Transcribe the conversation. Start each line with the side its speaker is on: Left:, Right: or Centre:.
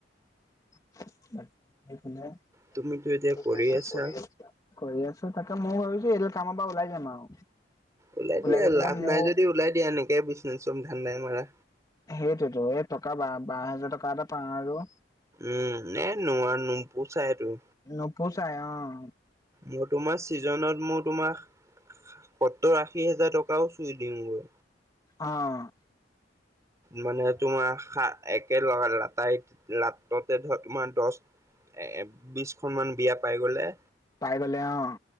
Left: <unintelligible>
Right: তুমিতো এতিয়া কৰি আছা
Left: কৰি আছো তাকে মই ভাবিছো এইদাল কামৰ পৰা ওলাই যাম আৰু
Right: ওলাই দিয়া
Left: গৈ পেলাই
Right: লাভ
Left: মোৰ
Right: নাই যদি ওলাই দিয়া এনেকে বিছনেছৰ ধান্দাই মাৰা
Left: সেইটোতো এ টকা বা বাৰ হোজাৰ টকা এটা পাওঁ আৰু
Right: উম এ নোৱাৰ নোপুচাই এইটো
Left: নুপুচাই অ'
Right: মোৰ তোমাৰ ছিজনত মোৰ তোমাৰ সত্তৰ আশী হোজাৰ টকাও চুই দিমগৈ
Left: অ'
Right: মানে তোমাৰ একো লাটাৰ লাটতে ধৰ তোমাৰ দহ এ বিশ খন মান বিয়া পাই গলে
Left: পাই গলে অ